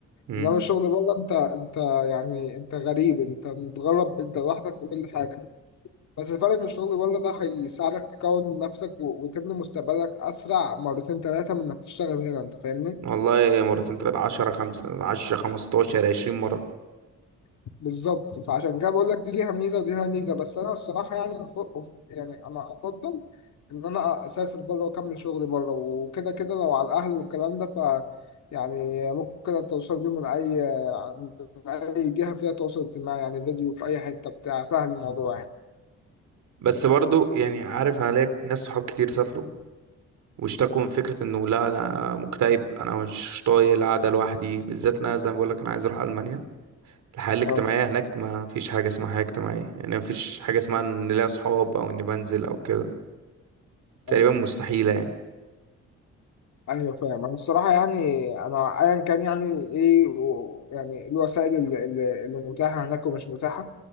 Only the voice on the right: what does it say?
امم
والله مرتين تلاتة عشرة خمسة عشرة خمستاشر عشرين مرة
بس برضو يعني عارف عليك ناس صحاب كتير سافروا واشتكوا من فكرة انه لا انا مكتئب انا مش طايق القعدة لوحدي بالذات انا زي ما بقولك انا عايز اروح المانيا الحياة الاجتماعية
هناك ما فيش حاجة اسمها حياة اجتماعية يعني ما فيش حاجة اسمها ان ليا صحاب او اني بنزل او كده تقريبا
مستحيلة يعني